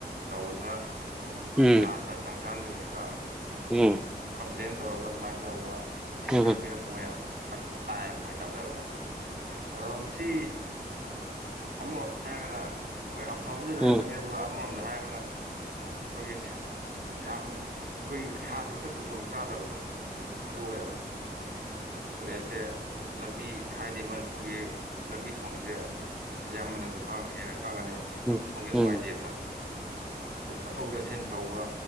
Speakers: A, on the right; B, in the centre.
A: ꯇꯧꯅ
B: ꯎꯝ ꯎꯝ
A: ꯁꯥꯇ꯭ꯔ ꯁꯪꯁꯊꯥꯟꯁꯤꯡꯁꯤꯅ
B: ꯎꯝ ꯎꯝ
A: ꯀꯝꯄ꯭ꯂꯦꯟ ꯇꯧꯔꯒ ꯑꯗꯨꯃꯥꯏꯅ ꯇꯧꯔꯒ ꯁꯦꯟꯇꯔ
B: ꯎꯝ ꯎꯝ ꯎꯝ ꯎꯝ
A: ꯄꯤꯔꯛꯄ ꯑꯣꯏꯅ ꯇꯥꯏꯑꯕ ꯑꯩꯈꯣꯏ ꯇꯥꯖꯕꯗ ꯑꯗꯣ ꯃꯁꯤ ꯑꯃꯃꯣ ꯌꯥꯒꯅ ꯃꯣꯏ ꯑꯐꯕꯨꯗꯤ ꯂꯩꯔꯝꯒꯅꯤ
B: ꯎꯝ ꯎꯝ
A: ꯑꯗꯨꯒ ꯑꯃꯔꯣꯝꯗ ꯍꯥꯏꯔꯒꯅ ꯑꯩꯈꯣꯏꯒꯤ ꯌꯥꯝ ꯑꯩꯈꯣꯏ ꯁꯥꯇ꯭ꯔꯗ ꯈꯨꯗꯣꯡ ꯆꯥꯗꯕꯗꯣ ꯑꯗꯨ ꯑꯣꯏꯌꯦꯕ ꯀꯣꯂꯦꯖꯁꯦ ꯂꯝꯕꯤ ꯍꯥꯏꯗꯤ ꯃꯅꯤꯄꯨꯔꯒꯤ ꯂꯝꯕꯤ ꯊꯣꯡꯁꯦ ꯑꯌꯥꯝꯕꯅꯁꯨ ꯈꯥꯡ ꯍꯦꯟꯅ ꯈꯪꯉꯅꯤ ꯂꯝꯕꯤ ꯊꯣꯡꯁꯦ
B: ꯎꯝ ꯎꯝ
A: ꯅꯨꯡꯉꯥꯏꯇꯦꯗꯅ
B: ꯎꯝ ꯎꯝ
A: ꯑꯗꯩ ꯆꯠꯊꯣꯛ ꯆꯠꯁꯤꯟ ꯇꯧꯕ